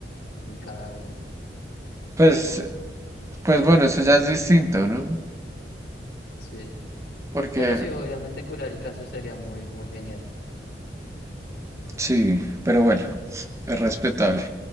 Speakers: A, on the left; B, on the right.
A: en cada uno.
B: Pues, pues bueno, eso ya es distinto, ¿no?
A: Sí.
B: Porque.
A: Pero sí, obviamente curar el cáncer sería muy, muy genial.
B: Sí, pero bueno, es respetable.